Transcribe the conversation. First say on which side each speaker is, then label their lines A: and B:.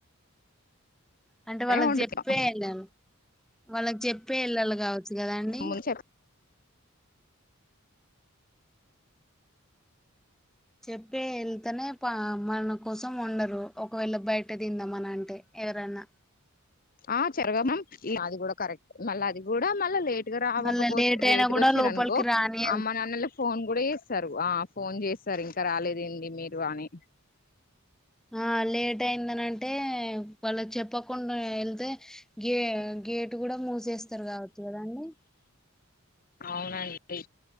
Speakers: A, in the centre; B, on the left.
A: అంటే వాళ్ళకి
B: వండుతాం
A: చెప్పే వెళ్లాల్ వాళ్ళకి చెప్పే వెళ్ళాలి కావచ్చు కదా అండి
B: ముందు చెప్
A: చెప్పే ఏళ్తేనే ప మనకోసం వండరు ఒకవేళ బయట తిందామంటే ఎవరన్న
B: ఆ చెరగామమ్ అది కూడా కరెక్ట్ మళ్ళీ అది కూడా మళ్ళ లేట్ ఇగ రాకపోతే
A: మళ్ళా లేట్ అయినా
B: లేటుగా
A: కూడా
B: ఒచ్చిల్లునుకో
A: లోపలికి రానియరు
B: అమ్మ నాన్నలకు ఫోన్ కూడా చేస్తారు ఏ ఫోన్ చేస్తారు ఇంకా రాలేదేంది మీరు అని
A: ఆ లేట్ అయిందని అంటే వాళ్లకు చెప్పకుండా వెళ్తే వెళ్తే గే గేటు కూడా మూసేస్తారు కావచ్చు కదా అండి
B: అవునండి